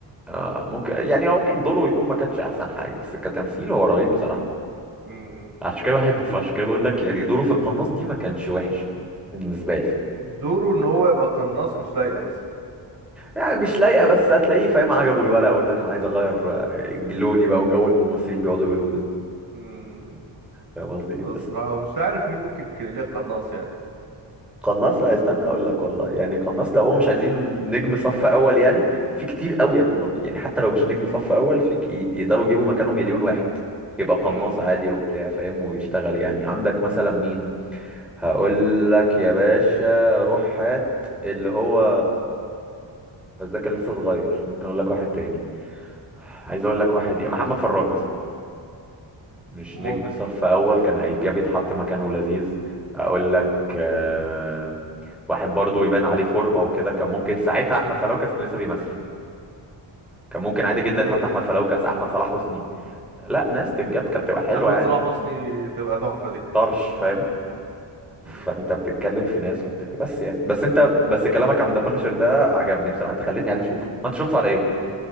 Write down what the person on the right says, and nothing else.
مم.
دوره ان هو يبقى قناص مش لايقة بس
مم.
الصراحة
مش عارف مين ممكن كان ليه قناص يعني
امم
ممكن
امم
احمد
صلاح حسني تبقى تحفه دي
مم.